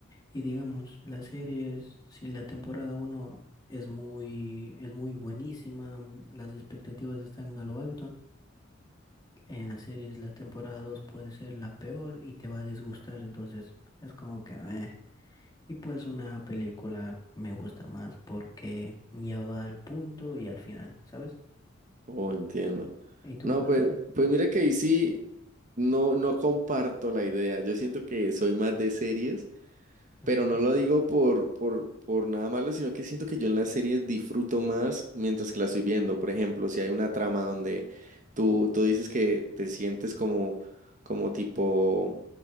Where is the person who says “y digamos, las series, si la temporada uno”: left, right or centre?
Left